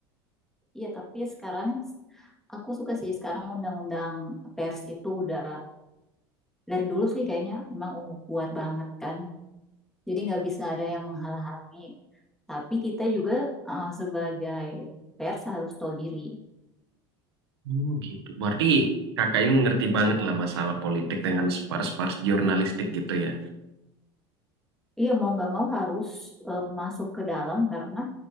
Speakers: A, in the centre; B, on the right.
A: Ya, tapi sekarang aku suka sih sekarang undang-undang pers itu udah dari dulu sih kayaknya memang kuat banget kan. Jadi nggak bisa ada yang menghalang-halangi. Tapi kita juga eh, sebagai pers harus tahu diri.
B: Oh gitu. Berarti kakak ini ngerti banget lah masalah politik dengan spars-spars jurnalistik gitu ya.
A: Iya mau nggak mau harus eh, masuk ke dalam karena